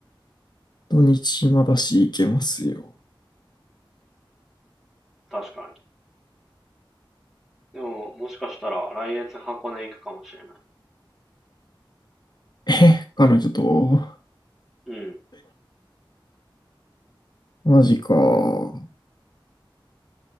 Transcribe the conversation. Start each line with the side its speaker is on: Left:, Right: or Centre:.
Left: 土日暇だし行けますよ。
Centre: 確かに。でも、もしかしたら来月箱根行くかもしれない。
Left: え、彼女と、
Centre: うん。
Left: マジか。